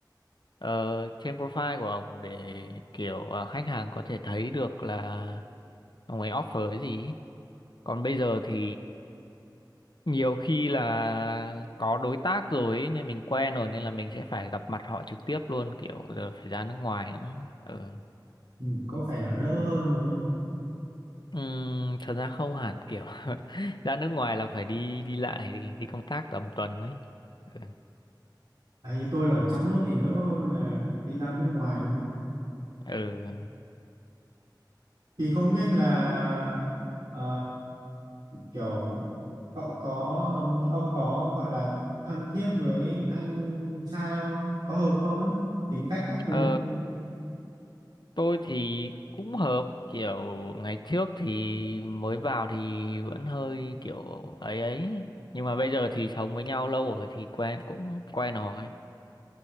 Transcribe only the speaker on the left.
ờ, trên profile của ông để kiểu ờ, khách hàng có thể thấy được là ông ấy offer cái gì còn bây giờ thì nhiều khi là có đối tác rồi ấy, nên mình quen rồi nên là mình sẽ phải gặp mặt họ trực tiếp luôn kiểu giờ phải ra nước ngoài nữa ừ.
Ừm, thật ra không hẳn kiểu <laughs> ra nước ngoài là phải đi đi lại đi công tác tầm tuần ấy ừ.
ừ.
Ờ, tôi thì cũng hợp kiểu ngày trước thì mới vào thì vẫn hơi kiểu ấy ấy nhưng mà bây giờ thì sống với nhau lâu rồi thì quen cũng quen rồi